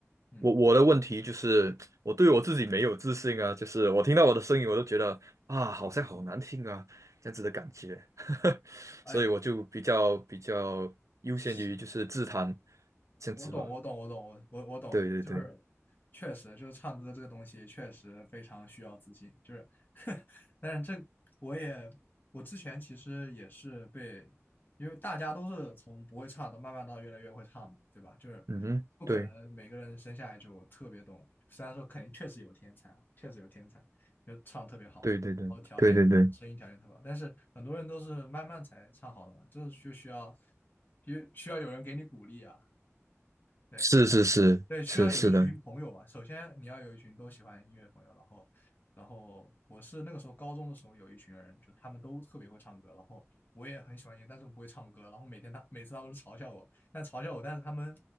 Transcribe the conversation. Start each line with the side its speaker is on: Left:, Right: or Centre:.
Left: 嗯。
Right: 我我的问题就是，我对我自己没有自信啊，就是我听到我的声音，我都觉得啊，好像好难听啊，这样子的感觉，<laughs>
Left: 哎，
Right: 所以我就比较比较优先于就是自弹
Left: 是
Right: 这样子吧。
Left: 我懂，我懂，我懂，我我我懂，
Right: 对对对，
Left: 就是确实就是唱歌这个东西确实非常需要自信，就是，<laughs> 但是这我也我之前其实也是被，因为大家都是从不会唱到慢慢到越来越会唱嘛，对吧？就是
Right: 嗯哼，
Left: 不可能每个人生下来就特别懂，
Right: 对
Left: 虽然说肯定确实有天才啊，确实有天才，就唱特别好，
Right: 对对对对对对，
Left: 然后条件声音条件特别好，但是很多人都是慢慢才唱好的嘛，就是就需要需需要有人给你鼓励啊。对，
Right: 是是是是是的
Left: 对，需要有一群朋友吧。首先你要有一群都喜欢音乐的朋友，然后，然后我是那个时候高中的时候有一群人，就他们都特别会唱歌，然后我也很喜欢音乐，但是我不会唱歌。然后每天他每次他们都嘲笑我，但嘲笑我，但是他们